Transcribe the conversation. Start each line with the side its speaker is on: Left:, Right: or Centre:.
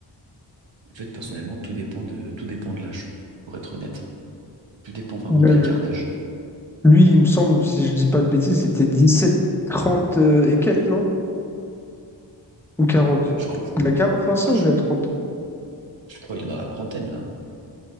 Right: En fait, personnellement, tout dépend de, tout dépend de l'âge, pour être honnête. Tout dépend vraiment
Centre: Euh,
Right: de l'écart d'âge.
Centre: Lui, il me semble, si je dis pas de bêtises, c'était 17, 30 euh, et quelques, non? Ou quarante
Right: Euh, je crois que,
Centre: Il a 40 l'ancien
Right: non,
Centre: ou
Right: je,
Centre: il a trente
Right: je crois qu'il est dans la trentaine, là.